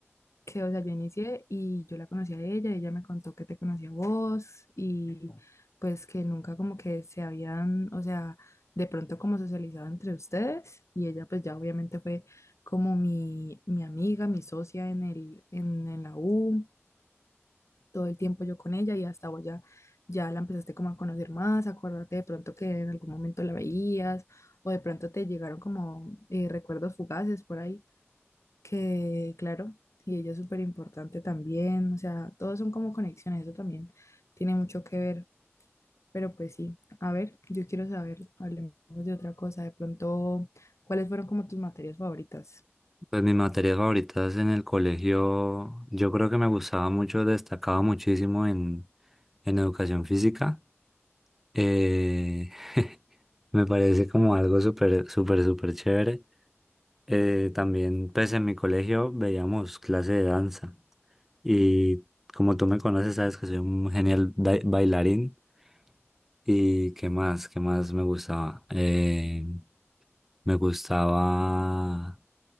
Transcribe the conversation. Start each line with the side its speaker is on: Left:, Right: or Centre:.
Left: que, o sea, yo inicié y yo la conocí a ella, ella me contó que te conocía a vos y pues que nunca como que se habían, o sea, de pronto como socializado entre ustedes y ella pues ya obviamente fue como mi, mi amiga, mi socia en el, en, en la U todo el tiempo yo con ella y hasta vos ya, ya la empezaste como a conocer más, acuérdate de pronto que en algún momento la veías o de pronto te llegaron como eh, recuerdos fugaces por ahí, que claro, y ella es súper importante también, o sea, todos son como conexiones, eso también tiene mucho que ver, pero pues sí, a ver, yo quiero saber, hablemos de otra cosa, de pronto, ¿cuáles fueron como tus materias favoritas?
Centre: Pues mis materias favoritas en el colegio, yo creo que me gustaba mucho, destacaba muchísimo en, en educación física. Eh, <laughs> me parece como algo súper, súper, súper chévere. Eh, también, pues en mi colegio veíamos clase de danza. Y como tú me conoces, sabes que soy un genial ba- bailarín. ¿Y qué más? ¿Qué más me gustaba? Eh, Me gustaba